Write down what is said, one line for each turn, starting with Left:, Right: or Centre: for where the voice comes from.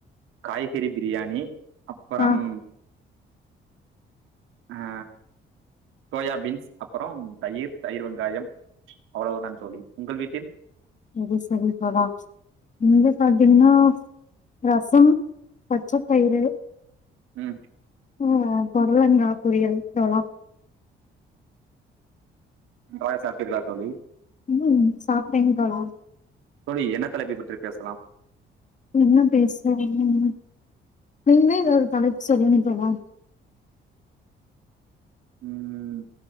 Right: காய்கறி பிரியாணி அப்பறம்
Left: ஆ
Right: ஆ சோயா பீன்ஸ் அப்பறோம் தயிர் தயிர் வெங்காயம் அவளவ்தான் தோழி உங்கள் வீட்டில்
Left: சரி சரி தோழா இங்க பாத்தீங்ன்னா ரசம், பச்ச பயிறு,
Right: ம்
Left: ம் பொடலங்கா பொரியல் தோழா
Right: நன்றாக சாப்ட்டீர்களா தோழி
Left: ம் சாப்ட்டேன் தோழா
Right: தோழி என்ன தலைப்பை பற்றி பேஸ்லாம்
Left: என்ன பேஸ்லா ம் நீங்ளே எதாவ்து தலைப் சொல்லுங்க தோழா
Right: ம்